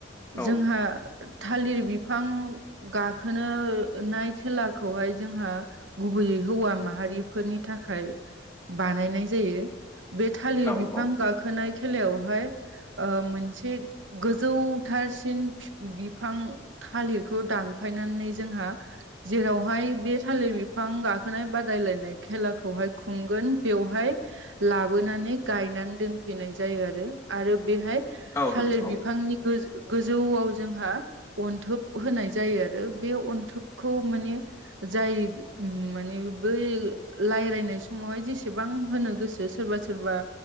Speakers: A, on the left; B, on the right.
A: औ
B: जोंहा
A: नोंथां
B: थालिर बिफां गाखोनोनाय खेला खौहाय जोंहा गुबैयै हौवा माहारिफोरनि थाखाय बानायनाय जायो बे थालिर
A: औ
B: बिफां
A: औ
B: गाखोनाय खेलायावहाय ओ मोनसे गोजौथारसिन बिफां थालिरखौ दानफायनानै जोंहा जेरावहाय बे थालिर बिफां गाखोनाय बादायलायनाय खेलाखौहाय खुंगोन बेवहाय लाबोनानै गायनानै दोनफैनाय जायो आरो आरो बेहाय
A: औ
B: थालिर
A: नोंथां
B: बिफांनि गोज गोजौआव जोंहा अन्थोब होनाय जायो आरो बे अन्थोबखौ माने जाय माने बै रायलायनाय समावहाय जेसेबां होनो गोसो सोरबा सो सोरबा